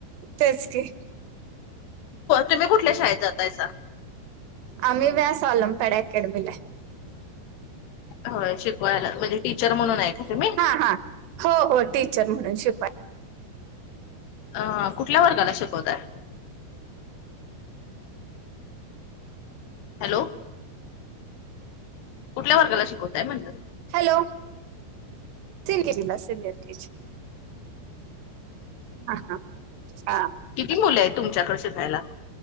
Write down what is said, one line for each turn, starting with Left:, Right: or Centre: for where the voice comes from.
Right: तेच की.
Left: तुम्ही कुठल्या शाळेत जातायसा?
Right: आम्ही व्यास ऑलंपॅड अकॅडमीला हाय.
Left: होय शिकवायला म्हणजे टीचर म्हणून आहे का तुम्ही?
Right: हा हा हो हो टीचर म्हणून शिकवाय
Left: अ कुठल्या वर्गाला शिकवताय? हॅलो! कुठल्या वर्गाला शिकवताय म्हणलं?
Right: हॅलो! Senior KG. हा हा
Left: किती मुल आहेत तुमच्याकडे शिकायला?